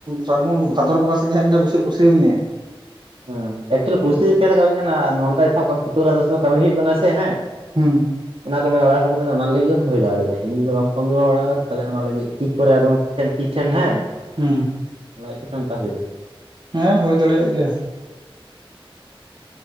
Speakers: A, on the right; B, on the right.
A: ᱥᱟᱵᱚᱱ ᱵᱷᱟᱫᱚᱨ ᱵᱚᱸᱜᱟ ᱥᱮᱫ ᱜᱮ ᱤᱧ ᱫᱚ ᱵᱮᱥᱤ ᱠ ᱯᱩᱥᱨᱤᱧᱟᱹ
B: ᱦᱩ ᱮᱠᱪᱩᱭ ᱯᱩᱥᱨᱤ ᱪᱤᱠᱟᱛᱮ ᱠᱟᱹᱢᱤ ᱠᱟᱱᱟ ᱱᱚᱰᱮ ᱫᱚ ᱮ ᱥᱤᱛᱩᱝ ᱨᱮᱱᱟᱜ ᱫᱚ ᱠᱟᱹᱢᱤ ᱦᱩᱭᱩᱜ ᱠᱟᱱᱟ ᱥᱮ ᱦᱮ
A: ᱦᱩ
B: ᱚᱱᱟ ᱠᱚ ᱢᱮᱱᱫᱟ ᱚᱲᱟᱜ ᱦᱚᱲ ᱠᱚ ᱢᱮᱱᱫᱟ ᱚᱱᱟ ᱞᱟᱹᱜᱤᱫ ᱦᱳᱭ ᱫᱟᱲᱮᱭᱟᱜᱼᱟ᱾ <unintelligible> ᱵᱟᱝᱠᱚ ᱟᱜᱩ ᱵᱟᱲᱟᱣ ᱠᱟᱫᱟ ᱛᱟᱦᱚᱞᱮ ᱚᱱᱟ ᱞᱟᱹᱜᱤᱫ ᱛᱤ ᱠᱚᱨᱮ ᱟᱫᱚᱢ ᱮᱱ ᱛᱤ ᱴᱷᱮᱱ ᱦᱮᱸ
A: ᱦᱩᱸ᱾
B: ᱞᱟᱡᱽ ᱠᱟᱴᱟ ᱚᱝᱠᱟ ᱦᱳᱭᱳᱜ
A: ᱦᱮᱸ ᱦᱳᱭ ᱫᱟᱲᱮᱭᱟᱜ ᱜᱮᱭᱟ᱾